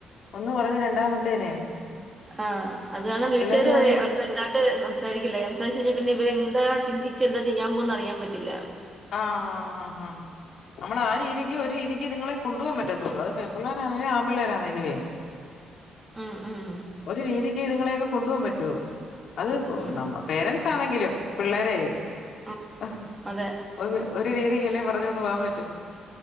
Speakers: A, on the left; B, on the right.
A: ഒന്ന് പറഞ്ഞാ രണ്ടാമത്തേനെ-
B: ആഹ അതുകാരണം വീട്ടുകാരും
A: പിള്ളേര് പോയി
B: അതെ
A: പറയും
B: വലുതായിട്ട് സംസാരിക്കില്ല. സംസാരിച്ചാൽ കഴിഞ്ഞാൽ പിന്നെ ഇവരെന്താ ചിന്തിച്ച് എന്താ ചെയ്യാൻ പോണെന്നു അറിയാൻ പറ്റില്ല.
A: ആ ആഹ് ഹാ നമ്മൾ ആ രീതിക്ക് ഒരു രീതിക്ക് ഇത്ങ്ങളെ കൊണ്ടോവൻ പറ്റത്തുള്ളൂ അ- പെമ്പിള്ളേരാണേലും ആമ്പിള്ളേരാണേലും വേ-
B: ഉം ഉം
A: ഒരു രീതിക്ക് ഇതുങ്ങളൊക്കെ കൊണ്ടോവാൻ പറ്റൊ അത്
B: ഉം
A: നമ്മ പേരൻറ്സ് ആണെങ്കിലും. പിള്ളേരേ
B: ഉം
A: അഹ്
B: അതെ
A: ഒ ഒരു രീതിക്ക് അല്ലേ പറഞ്ഞോണ്ടവാൻ പറ്റും